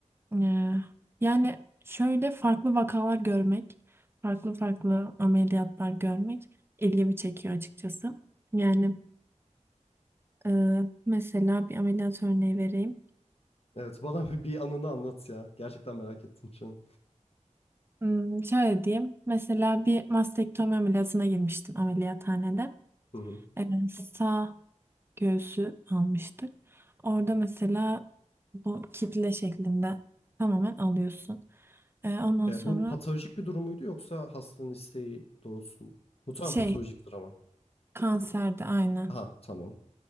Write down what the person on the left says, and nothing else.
Evet, bana <laughs> bir anını anlat ya. Gerçekten merak ettim şu an.
Hı hı.
E,
bu patolojik bir durum muydu yoksa hastanın isteği doğrultusunda? Muhtemelen
patolojiktir ama.
Aha, tamam.